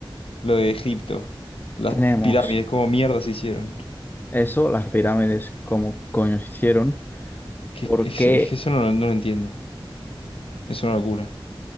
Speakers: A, on the left; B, on the left.
A: lo de Egipto, las
B: tenemos
A: pirámides, cómo mierda se hicieron?
B: eso, las pirámides, cómo coño se hicieron.
A: Que,
B: ¿Por
A: que eso,
B: qué?
A: es que eso no, lo no lo entiendo. Es una locura.